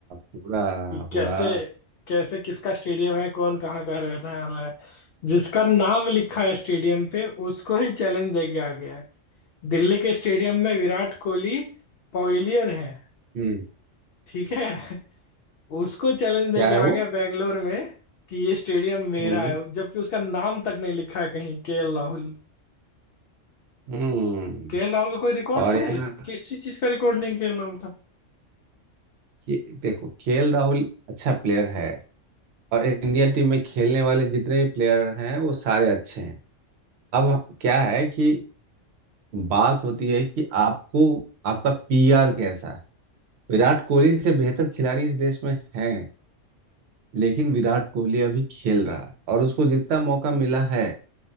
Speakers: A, on the right; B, on the left.
A: पूरा
B: कि कैसे
A: हुआ
B: कैसे किसका स्टेडियम है कौन कहाँ का रहने वाला है जिसका नाम लिखा है स्टेडियम पे उसको ही चैलेंज दे के आ गया है दिल्ली के स्टेडियम में विराट कोहली पवेलियन है
A: हम्म
B: ठीक है उसको चैलेंज दे
A: क्या
B: के
A: है
B: आ
A: वो
B: गया बैंगलोर में कि ये स्टेडियम मेरा
A: हम्म
B: है जबकि उसका नाम तक नहीं लिखा है कहीं K L Rahul
A: हम्म
B: K L Rahul का कोई रिकॉर्ड
A: और
B: थोड़े
A: यहाँ
B: किसी चीज का रिकॉर्ड नहीं के एल राहुल का
A: के, देखो केएल राहुल अच्छा प्लेयर है और इंडिया टीम में खेलने वाले जितने प्लेयर हैं वो सारे अच्छे हैं अब क्या है कि बात होती है कि आपको आपका पीआर कैसा है विराट कोहली से बेहतर खिलाड़ी इस देश में हैं लेकिन विराट कोहली अभी खेल रहा है और उसको जितना मौका मिला है